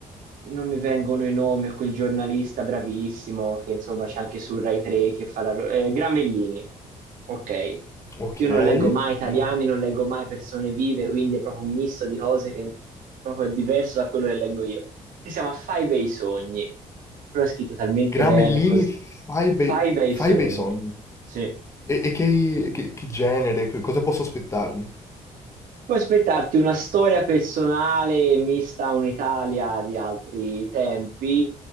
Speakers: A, on the right (about 80°); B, on the left (about 20°).
A: non mi vengono i nomi, a quel giornalista bravissimo che insomma c'è anche su Rai 3 che fa la... ro- eh, Gramellini, ok.
B: Ok,
A: Io non leggo mai italiani,
B: Gram-
A: non leggo mai persone vive, quindi è proprio un misto di cose che proprio è proprio diverso da quello che leggo io. Che si chiama Fai bei sogni, però è scritto talmente
B: Gramellini,
A: bene così.
B: fai bei,
A: Fai bei
B: fai
A: sogni,
B: bei sogni.
A: sì.
B: E, e che, che- che genere, che- cosa posso aspettarmi?
A: Puoi aspettarti una storia personale mista a un'Italia di altri tempi,